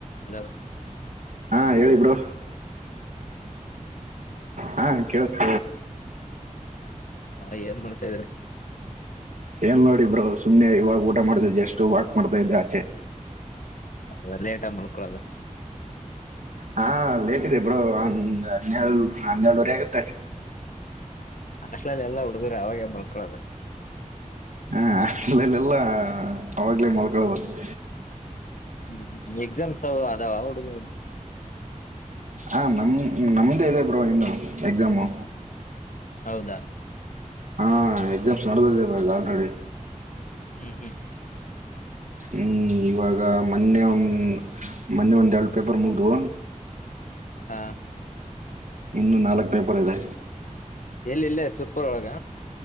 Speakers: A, on the left; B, on the right.
A: ಹಲೋ
B: ಹಾ ಹೇಳಿಬರು ಹಾ ಕೇಳ್ತ
A: ಹ ಅಯ್ಯನ್ ಮಾಡ್ತಾ ಇದ್ರಿ
B: ಏನ್ ನೋಡಿಬ್ರೋ ಸುಮ್ನೆ ಇವಾಗ ಊಟ ಮಾಡ್ತ ಎಷ್ಟು ವಾಕ್ ಮಾಡ್ತಾ ಇದ್ದೆ ಆಚೆ
A: ಹದ ಲೇಟ್ ಆ ಮಳ್ಕೊಳೋದು
B: ಹಾ ಲೇಟ್ ಇದೆ ಬ್ರೋ ಒಂದ್ ಹೆ ಹನ್ನೆೇಳುವರೆ ಆಗತ್ತೆ
A: ಅಷ್ಟ್ಲಲ್ಲಿ ಎಲ್ಲ ಹುಡುಗರು ಅವಾಗ ಮಲ್ಕೊಳದು
B: ಹಾ ಅಲ್ಲಲ್ಲೆಲ್ಲಾ ಅವಾಗ್ಲೇ ಮಲ್ಕಳಬೇಕದು
A: ಹ್ಮ್ ಎಕ್ಸಾಮ್ಸ್ ಅದಾವ ಹುಡುಗ
B: ಹಾಂ ನಮ್ಮ ನಮ್ಮ್ದೇ ಇದೆ ಬ್ರೋ ಇನ್ನು ಎಕ್ಸಾಮು
A: ಹೌದಾ
B: ಹಾ ಎಕ್ಸಾಮ್ಸ್ ನಡೆದದೆ ಮಾಗ ಆಲ್ರೆಡಿ
A: ಹ್ಮ್ ಹ್ಮ್
B: ಹ್ಮ್ ಇವಾಗ ಮೊನ್ನೆ ಒನ್ ಮೊನ್ನೆ ಒಂದು ಎರಡು ಪೇಪರ್ ಮುಗ್ದು
A: ಹಾ
B: ಇನ್ನೊ ನಾಲ್ಕ ಪೇಪರ್ ಇದೆ
A: ಎಲ್ಲಿ ಇಲ್ಲೆ ಸುರಪೂರೊಳಗ